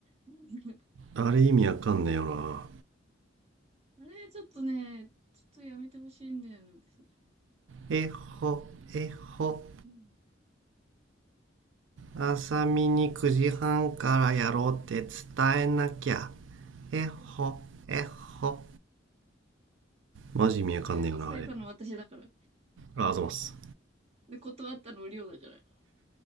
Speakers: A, on the right (about 35°); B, on the right (about 80°).
A: <laughs>
B: あれ意味わかんねえよな
A: あれ、ちょっとね、ちょっとやめてほしいんだよね、私。
B: えほえほ
A: うん。
B: 朝見に9時半からやろうって伝えなきゃ。えほ、えほ。マジ意味わかんねえよな、
A: それ伝えたのは私だから、
B: あれ。あ、あざます。
A: 断ったのは梁だから